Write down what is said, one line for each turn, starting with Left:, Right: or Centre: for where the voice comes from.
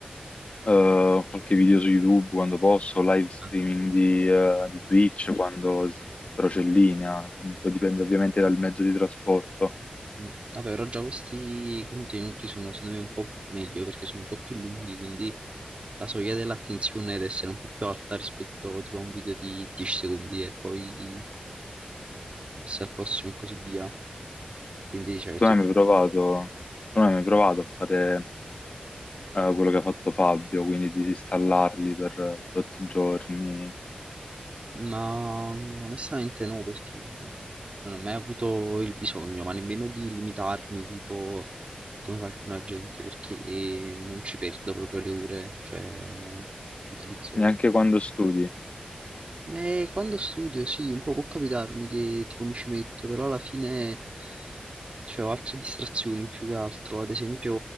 Left: eh, qualche video su YouTube quando posso, live streaming
Right: ah,
Left: di, eh, di Twitch quando s- però c'è linea, poi dipende ovviamente dal mezzo di trasporto.
Right: mh. Vabbè, però già questi contenuti sono secondo me un po' meglio perché sono un po' più lunghi, quindi la soglia dell'attenzione deve essere un po' più alta rispetto tipo a un video di 10 secondi e poi passi al prossimo e così via. Quindi, cioè,
Left: Tu
Right: ti-
Left: non hai mai provato, tu non hai mai provato a fare eh, quello che ha fatto Fabio, quindi disinstallarli per tot giorni,
Right: Ma mm, onestamente no, perché non ho mai avuto il bisogno, ma nemmeno di limitarmi, tipo come fa alcuna gente, perché non ci perdo proprio le ore, cioè le utilizzo.
Left: neanche quando studi.
Right: Eh, quando studio, sì, un po' può capitarmi che tipo mi ci metto, però alla fine. Cioè, ho altre distrazioni più che altro. Ad esempio,